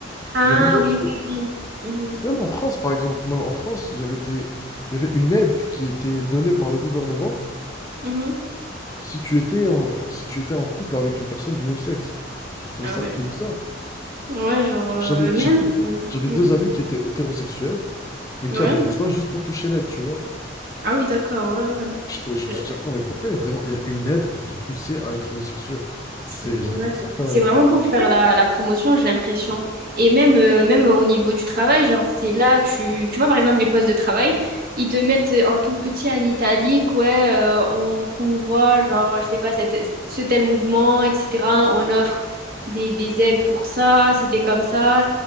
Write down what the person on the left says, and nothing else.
J'avais même
même en France, par exemple, moi, en France, j'avais des, il y avait une aide qui était donnée par le gouvernement
si tu étais en, si tu étais en couple avec une personne du même sexe. Je trouvais
ça
très bizarre.
J'avais
j'ai deux
j'avais
deux amis qui étaient hétérosexuels. mais
qui avait fait ça juste pour toucher l'aide, tu vois.
Parce Je, je me
suis dit, attends, mais pourquoi il y a vraiment il y a une aide pour te pousser à être homosexuel?
Genre, C'est c'est
bizarre quand même.